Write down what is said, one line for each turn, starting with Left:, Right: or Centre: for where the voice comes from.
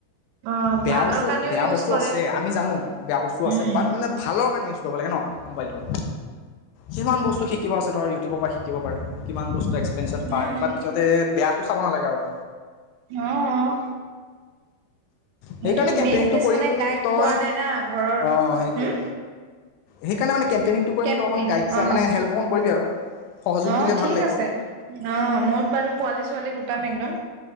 Right: অ
Left: বেয়া
Right: ভালৰ
Left: বস্তু
Right: কাৰণেও
Left: বেয়া
Right: ইউজ
Left: বস্তু
Right: কৰে
Left: আছে। আমি জানো বেয়া বস্তু তো আছে
Right: উম
Left: তাত মানে ভালৰ কাৰনে। ইউজ কৰিব লাগে ন? মোবাইলটো কিমান বস্তু শিকিব পাৰে ন ইউটিউবৰ পৰা
Right: উম
Left: পায় বাট যতে বেয়া চাব নালাগে আৰু ত
Right: আহ সেইটোতো
Left: সেইকাৰণে কেম্পেইনিংটো
Right: মেইন কেচ
Left: কৰিম
Right: মানে গাইড
Left: তই
Right: পোৱা নাই না ঘৰৰ
Left: অঁ সেইটোৱে
Right: হম।
Left: সেইকাৰণে নে মানে? কেম্পেইনিংটো কৰিম
Right: কেম্পিং
Left: তই অকণ গাইড
Right: অ
Left: মানে হেল্প অকণ কৰিবি আৰু সহযোগ
Right: অ
Left: দিলে
Right: ঠিক
Left: ভাল লাগিব।
Right: আছে অ মই বাৰু পোৱালী ছোৱালীক গোটাম একদম